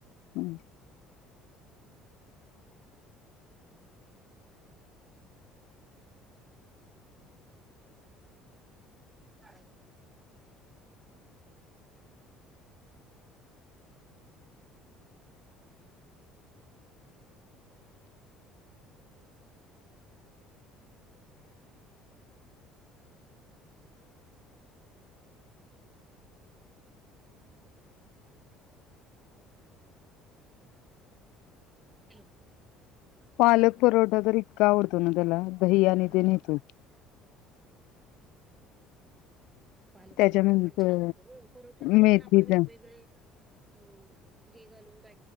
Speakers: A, on the left (about 75°); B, on the right (about 15°).
A: हम्
B: <unintelligible> हम
A: पालक परोठा तर इतका आवडतो ना त्याला, दही आणि
B: हा
A: ते नहतो.
B: पालक
A: त्याच्यानंतर
B: परोठा पण छान होतो, हो परोठा मध्ये
A: मेथीचा
B: पण आपण वेगवेगळे हम्म. हे घालून जा